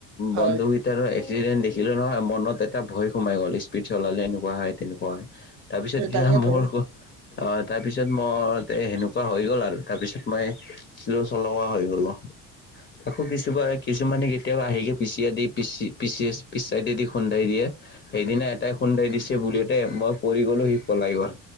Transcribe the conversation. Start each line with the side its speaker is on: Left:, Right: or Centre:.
Right: হয়
Left: বন্ধু কেইটাৰো এক্সিডেন্ট দেখি কিন্তু নহয়, মনত এটা ভয় সোমাই গ'ল। স্পীড চলালে এনেকুৱা হয়, তেনেকুৱা হয়। তাৰপিছত
Right: এই
Left: এতিয়া
Right: তাকেতো
Left: মোৰ অ' তাৰপিছত মোৰ তে সেনেকুৱা হৈ গ'ল আৰু। তাৰ পিছত মই স্লো চলোৱা হৈ গ'লো। আকৌ কিছুবা- কিছুমানে কেতিয়াবা আহিকে পিছিয়াই দি পিছি - পিছিয়েছ - পিছ ছাইদেদি খুন্দাই দিয়ে। সেইদিনা এটাই খুন্দাই দিছে বুলিওতে মই পৰি গলোঁ, সি পলাই গ'ল।